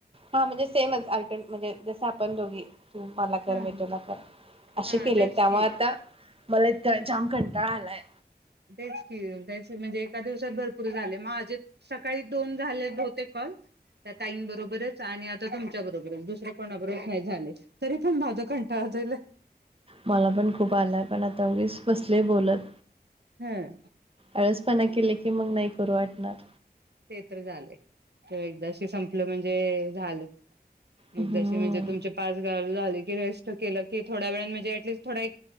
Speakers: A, on the right; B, on the right.
A: हा म्हणजे सेमच आयटन म्हणजे जस आपण दोघी तू मला कर
B: हां.
A: मी तुला कर असे
B: हां,
A: केले
B: तेच
A: त्यामुळं
B: की.
A: आता मला इं जाम खं ळा आलंय
B: तेच कीच म्हणजे एका दिवसात भरपूर पुरे झाले माझेत सकाळी दोन झाले बहुतेक कॉल त्या ताईंबरोबरच आणि आता तुमच्या बरोबरच दुसरे कोणाबरोबरच नाय झाले तरी पण माझा कंटाळा जाईला
A: मला पण खूप आलाय पण आता उगीच बोलत
B: हं
A: आळस पण ए केले की मंग नाय करू वाटणार
B: ते तर झालय ते एकदाशी संपलं म्हणजे झालय
A: हम्म
B: एकदाशी म्हणजे तुमचे पाच गाव झाल की रेस्ट केलं की थोडया वेळाने म्हणजे ॲटलिस्ट् थोडा एक